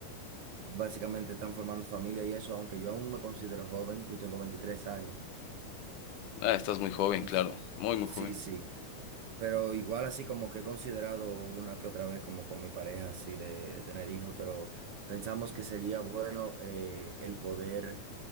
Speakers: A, on the right; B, on the left.
A: básicamente están formando familia y eso, aunque yo aún me considero joven, yo tengo 23 años.
B: Ah, estás muy joven,
A: Entonces,
B: claro, muy, muy
A: sí,
B: joven.
A: sí, pero igual así como que he considerado una que otra vez como con mi pareja así de, de tener hijos, pero pensamos que sería bueno eh, el poder